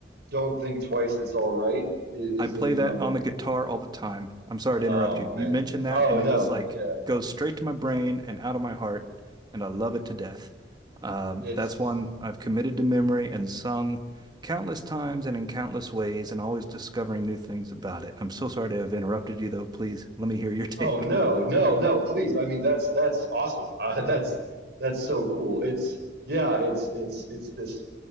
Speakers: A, on the right (about 65°); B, on the right (about 25°).
A: Don't Think Twice, It's All Right i- is
B: I play
A: in the
B: that
A: running.
B: on the guitar all the time. I'm sorry
A: Oh
B: to interrupt you.
A: man.
B: You mentioned that,
A: Oh
B: and
A: no,
B: it just like
A: yeah.
B: goes straight to my brain and out of my heart, and I love it to death. Um,
A: It's
B: that's one I've committed to memory and sung countless times and in countless ways, and always discovering new things about it. I'm so sorry to have interrupted you, though. Please let me hear your <laughs> take.
A: oh no, no, no. Please, I mean that's that's awesome. <laughs> Uh, that's that's so cool. It's yeah, it's it's it's this.